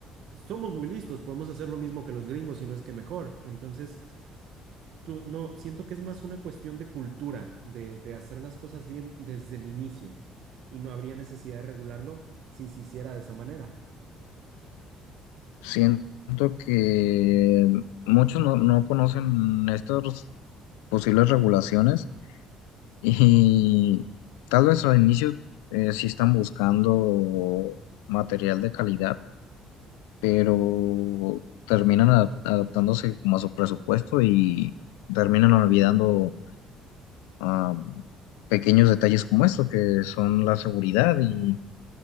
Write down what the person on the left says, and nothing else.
Siento que muchos no, no conocen estos posibles regulaciones y tal vez al inicio eh, sí están buscando material de calidad, pero terminan adap- adaptándose como a su presupuesto y terminan olvidando ah, pequeños detalles como esto, que son la seguridad y